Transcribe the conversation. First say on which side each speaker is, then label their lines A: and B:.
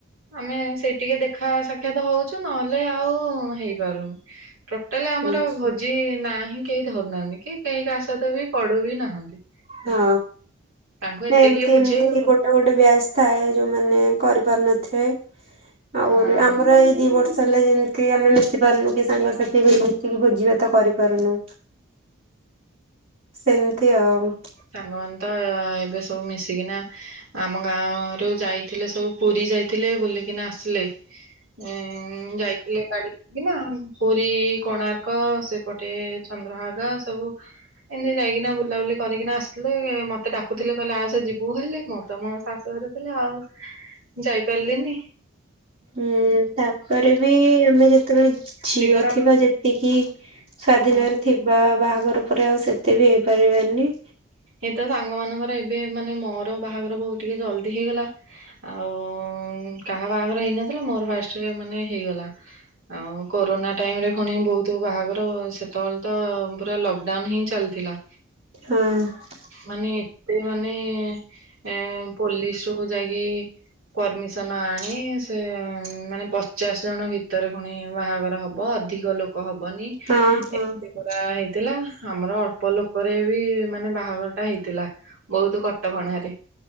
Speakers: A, on the right; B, on the right.
A: ଆମେ ସେଇ ଟିକେ ଦେଖା ସାକ୍ଷାତ ହଉଚୁ ନହେଲେ ଆଉ ହେଇପାରୁନି। ଟୋଟାଲ୍ ଆମର
B: ଆଛା
A: ଭୋଜି ନା ହିଁ କେହି ଧରୁନାହାନ୍ତି କି କେହି କାହା ସହିତ ବି ପଡୁବି ନାହାନ୍ତି।
B: ହଁ
A: ତାଙ୍କୁ
B: ନାଇଁ
A: ଏତେ
B: ଏମତି
A: କିଏ ବୁଝେଇବ।
B: ଏମତି ଗୋଟେ ଗୋଟେ ବ୍ୟାଚ୍ ଥାଏ ଯୋଉମାନେ କରିପାରୁ ନଥିବେ। ଆଉ
A: ହଁ।
B: ଆମର ଏଇ ଦି ବର୍ ଷ ହେଲା ଯେମିତି ଆମେ ମିଶି ପାରୁନୁ କି ସାଙ୍ଗସାଥି ବି ମିଶିକି ଭୋଜିଭାତ କରିପାରୁନୁ ସେମିତି ଆଉ।
A: ସାଙ୍ଗମାନେତ ଏବେ ସବୁ ମିଶିକିନା ଆମ ଗାଁରୁ ଯାଇଥିଲେ ସବୁ ପୁରୀ ଯାଇଥିଲେ ବୁଲିକିନା ଆସିଲେ। ଏଁ ମ୍ ଯାଇଥିଲେ ଗାଡି କିନା ପୁରୀ କୋଣାର୍କ ସେପଟେ ଚନ୍ଦ୍ରଭାଗା ସବୁ ଏନ୍ତି ଯାଇକିନା ବୁଲି ବୁଲାବୁଲି କରିକିନା ଆସିଥିଲେ ମତେ ଡାକୁଥିଲେ କହିଲେ ଆସେ ଯିବୁ ହେଲେ ମୁଁ ତ ମୋ ଶାଶୁ ଘରେ ଥିଲି ଆଉ। ଯାଇପାରିଲେନି?
B: ହୁଁ ତାପରେ ବି ତେମେ ଯେତେବେଳେ
A: ମସ୍ତି
B: ଝିଅ
A: କର
B: ଥିବ ଯେତିକି ସ୍ଵାଧୀନ
A: ହଁ।
B: ରେ ଥିବ ବାହାଘର ପରେ ଆଉ ସେତେ ବି ହେଇପାରିବାନି।
A: ଏଇ ତ ସାଙ୍ଗ ମାନଙ୍କର ଏବେ ମାନେ ମୋର ବାହାଘର ବହୁତ ଟିକେ ଜଲ୍ଦି ହେଇଗଲା। ଆଉ କାହା ବାହାଘର ହେଇନଥିଲା ମୋର ଫାଷ୍ଟ୍ ମାନେ ହେଇଗଲା। ଆଉ କୋରୋନା ଟାଇମ୍ ରେ ପୁଣି ବହୁତ ବାହାଘର ସେତେବେଳେ ତ ପୁରା ଲକ୍ ଡାଉନ୍ ହିଁ ଚାଲିଥିଲା।
B: ହଁ।
A: ମାନେ ଏତେ ମାନେ ଏ ପୋଲିସ୍ ଯୋଗୁ ଯାଇକି ପରମିସନ୍ ଆଣି ସେ ହୁଁ ମାନେ ପଚାଶ ଜଣ ଭିତରେ ପୁଣି ବାହାଘର ହବ ଅଧିକ ଲୋ କ ହବନି ଏ
B: ହଁ ହଁ
A: ଏବେ ବା ହେଇଥିଲା ଆମର ଅଳ୍ପ ଲୋକରେ ବି ମାନେ ବାହାଘର ଟା ହେଇଥିଲା ବହୁତ କଟକଣାରେ।